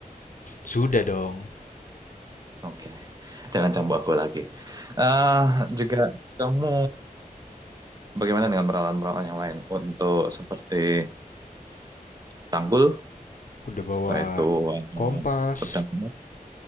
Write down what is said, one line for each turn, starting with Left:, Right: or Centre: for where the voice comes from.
Left: Sudah dong.
Right: Oke, jangan cambuk aku lagi. Eh juga kamu bagaimana dengan peralatan-peralatan yang lain untuk seperti tanggul,
Left: Udah bawa
Right: setelah itu ada
Left: kompas,
Right: pedangmu,